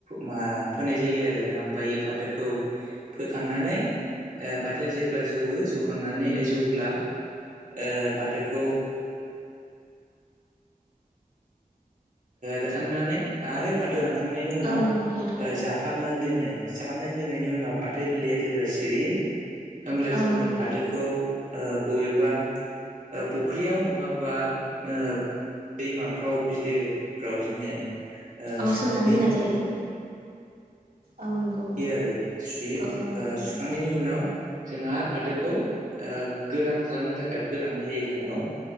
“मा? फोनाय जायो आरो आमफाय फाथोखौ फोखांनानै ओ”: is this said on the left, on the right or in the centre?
Right